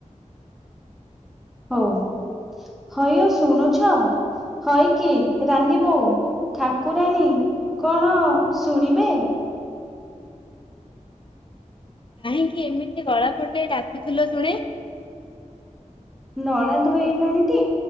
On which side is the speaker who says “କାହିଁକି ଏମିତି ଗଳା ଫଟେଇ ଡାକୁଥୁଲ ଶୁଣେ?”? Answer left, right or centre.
Left